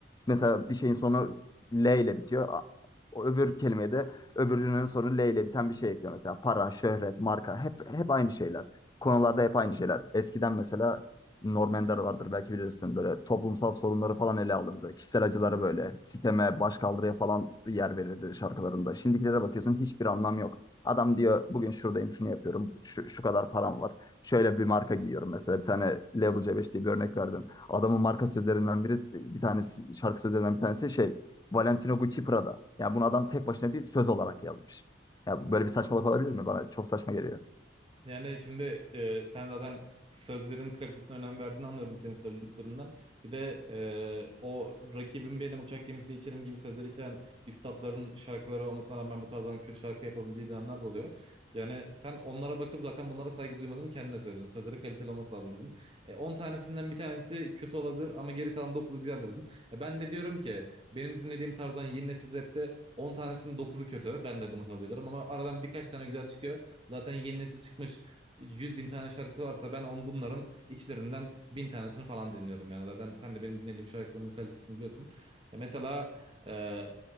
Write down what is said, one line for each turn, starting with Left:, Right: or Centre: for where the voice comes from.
Left: mesela bir şeyin sonu L ile bitiyor. A- O öbür kelimeye de öbürünün sonu L ile biten bir şey ekliyor. Mesela para, şöhret, marka hep hep aynı şeyler. Konularda hep aynı şeyler. Eskiden mesela Norm Ender vardır belki bilirsin. Böyle toplumsal sorunları falan ele alırdı. Kişisel acıları böyle siteme, başkaldırıya falan yer verirdi şarkılarında. Şimdikilere bakıyorsun hiçbir anlam yok. Adam diyor bugün şuradayım şunu yapıyorum. Şu, şu kadar param var şöyle bir marka giyiyorum mesela. Bir tane Level C5 diye bir örnek verdin. Adamın marka sözlerinden birisi, bir tanesi, şarkı sözlerinden bir tanesi şey Valentino Gucci Prada. Yani bunu adam tek başına bir söz olarak yazmış. Ya böyle bir saçmalık olabilir mi? Bana çok saçma geliyor.
Right: Yani şimdi e, sen zaten sözlerin kalitesine önem verdiğini anlıyorum senin söylediklerinden. Bir de e, o rakibim benim uçak gemisi içerim gibi sözleri içeren üstatların şarkıları olmasına rağmen bu tarzdan kötü şarkı yapabildiği dönemler de oluyor. Yani sen onlara bakıp zaten bunlara saygı duymadın kendine söyledin. Sözleri kaliteli olması lazım dedin. E, 10 tanesinden bir tanesi kötü olabilir ama geri kalan dokuzu güzel dedin. E, ben de diyorum ki benim dinlediğim tarzdan yeni nesil rapte 10 tanesinin dokuzu kötü. Ben de bunu kabul ediyorum ama aradan birkaç tane güzel çıkıyor. Zaten yeni nesil çıkmış 100 bin tane şarkı varsa ben on bunların içlerinden bin tanesini falan dinliyorum yani. Zaten sen de benim dinlediğim şarkıların kalitesini biliyorsun. Ya mesela e,